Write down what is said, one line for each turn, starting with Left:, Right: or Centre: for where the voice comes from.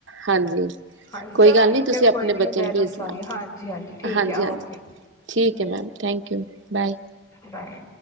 Right: ਹਾਂਜੀ
Left: ਹਾਂਜੀ
Right: ਕੋਈ
Left: ਚਲੋ
Right: ਗੱਲ
Left: ਠੀਕ
Right: ਨੀ ਤੁਸੀਂ
Left: ਹੈ
Right: ਆਪਣੇ
Left: ਕੋਈ ਨੀ
Right: ਬੱਚੇ
Left: ਮੈਂ
Right: ਨੂੰ
Left: ਦੱਸਾਂਗੀ
Right: ਭੇਜ ਦੋ
Left: ਹਾਂਜੀ-ਹਾਂਜੀ ਠੀਕ
Right: ਹਾਂਜੀ
Left: ਹੈ
Right: ਹਾਂਜੀ
Left: ਓਕੇ
Right: ਠੀਕ ਹੈ ma'am thank you bye
Left: bye,